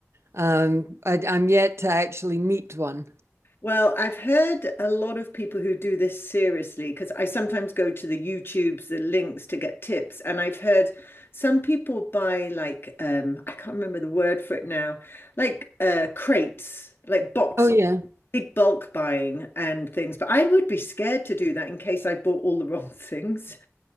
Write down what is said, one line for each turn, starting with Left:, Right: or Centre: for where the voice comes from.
Right: Um, I, I'm yet to actually meet one.
Left: Well, I've heard a lot of people who do this seriously because I sometimes go to the YouTubes, the links to get tips. And I've heard some people buy like um, I can't remember the word for it now, like uh, crates, like box,
Right: Oh yeah.
Left: big bulk buying and things. But I would be scared to do that in case I bought all the <laughs> wrong things.